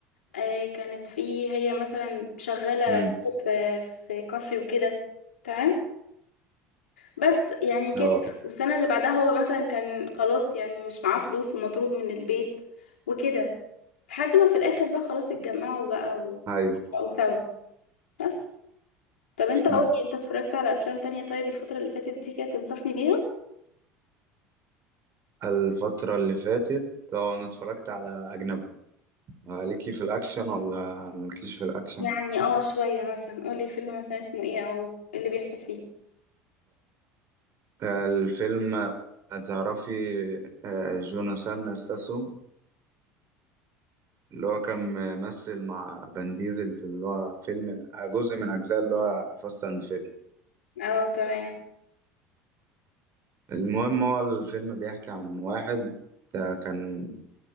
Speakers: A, on the left; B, on the right.
A: آه، كانت في هي مثلا شغالة
B: امم
A: في في كافي وكده تمام بس يعني كده
B: اه
A: والسنة اللي بعدها هو مثلا كان خلاص يعني مش معاه فلوس ومطرود من البيت وكده لحد ما في الآخر بقى خلاص اتجمعوا بقى و-
B: ايوه
A: وبقوا سوا بس طب انت قولي
B: أمم.
A: انت اتفرجت على افلام تانية طيب الفترة اللي فاتت دي كده تنصحني بيها
B: الفترة اللي فاتت اه انا اتفرجت على اجنبي آه، ليكي في الاكشن ولا مالكيش في الاكشن
A: يعني اه شوية مثلا قولي الفيلم مثلا اسمه ايه او اللي بيحصل فيه
B: آه، الفيلم آه، تعرفي آه، جوناثان ستاثام اللي هو كان ممثل مع فان ديزل في اللي هو فيلم جزء من أجزاء اللي هو فاست أند فيري
A: اه تمام
B: المهم هو الفيلم بيحكي عن واحد ده كان